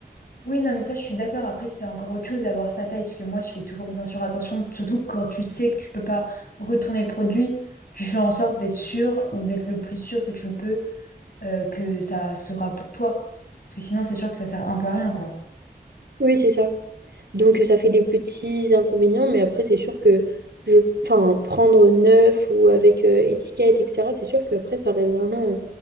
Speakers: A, on the left; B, on the right.
A: Oui, non, mais ça, je suis d'accord. Après, c'est encore autre chose d'avoir sa taille, parce que moi, je fais toujours bien sûr attention, surtout quand tu sais que tu peux pas retourner le produit, tu fais en sorte d'être sûr ou d'être le plus sûr que tu le peux, euh, que ça sera pour toi. Parce que sinon, c'est sûr que ça sert un peu à rien, quoi.
B: Oui, c'est ça. Donc ça fait des petits inconvénients, mais après c'est sûr que je, enfin, prendre neuf ou avec euh, étiquette, etc., c'est sûr qu'après ça reste vraiment